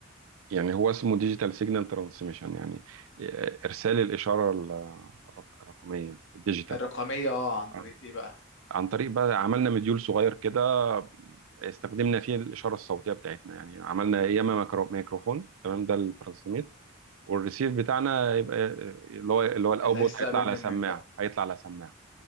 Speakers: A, on the right; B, on the left.
A: يعني هو اسمه ديجيتال سيجنال ترانسميشن يعني إرسال الإشارة ال- الرق- الرقمية الديجيتال
B: الرقميه اه عن طريق
A: آه.
B: ايه بقى
A: عن طريق بقى عملنا مديول صغير كده استخدمنا فيه الإشارة الصوتية بتاعتنا يعني عملنا ياما ميكرو- ميكروفون تمام ده الترانسميت والريسيف بتاعنا يبقى اللي هو اللي هو الأوتبوت
B: اللي هيستقبل
A: هيطلع
B: منك
A: على سماعة
B: بقى
A: هيطلع على سماعة